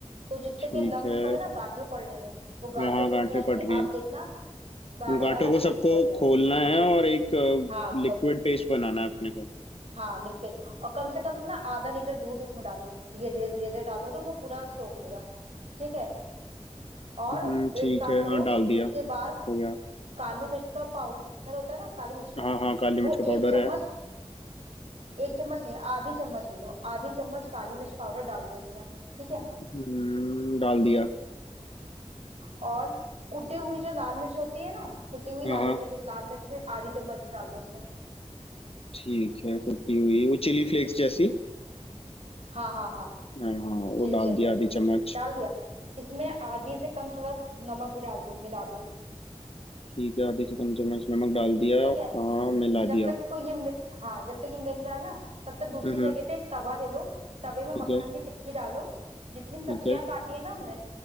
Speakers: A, on the right; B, on the left.
A: तो जितने
B: ठीक
A: भी लम्स
B: है
A: पड़े ना गांठें पड़ रही हैं वो
B: हाँ
A: गांठें
B: हाँ
A: खुल
B: गांठें
A: जाएंगी
B: पड़ रही
A: आप
B: है
A: देखना गाढ़े
B: उन गांठों
A: गाढ़ा
B: को सबको
A: पेस्ट बन जाएगा
B: खोलना है और एक
A: हाँ
B: लिक्विड पेस्ट बनाना है अपने को
A: हाँ लिखते जाओ और कम से कम ना आधा लीटर दूध इसमें डालो धीरे धीरे धीरे धीरे डालोगे वो पूरा सोख लेगा ठीक है और
B: हम्म
A: एक
B: ठीक
A: काम
B: है
A: करो
B: हाँ डाल दिया
A: इसके बाद
B: हो गया
A: काली मिर्च का पाउडर होता है ना काली मिर्च का
B: हाँ हाँ काली मिर्च
A: वो
B: का
A: एक
B: पाउडर
A: चम्मच
B: है
A: एक चम्मच नहीं आधी चम्मच ले लो आधी चम्मच काली मिर्च पाउडर डाल दो इसमें ठीक है
B: हम्म डाल दिया
A: और कुटी हुई जो लाल मिर्च होती है ना कुटी हुई
B: हाँ
A: लाली
B: हाँ
A: मिर्च लाल मिर्च में आधी चम्मच डाल दो इसमें
B: ठीक है कुटी हुई वो चिली फ्लेक्स जैसी
A: हाँ हाँ हाँ
B: हाँ हाँ वो
A: चिली
B: डाल
A: फ्लेक्स
B: दिया
A: जैसी
B: आधी चम्मच
A: डाल दिया इसमें आधी से कम थोड़ा नमक भी डाल दो मिला दो
B: ठीक है आधी से कम चम्मच नमक डाल दिया
A: ठीक
B: हाँ
A: है
B: मिला
A: जब
B: दिया
A: तक इसको ये मि- हाँ जब तक ये मिल रहा है ना तब तक दूसरी
B: हम्म
A: जगह
B: हम्म,
A: पे एक तवा ले लो तवे में
B: ठीक
A: मक्खन
B: है
A: की टिक्की डालो जितनी सब्जियां
B: ठीक है
A: काटी है ना हमने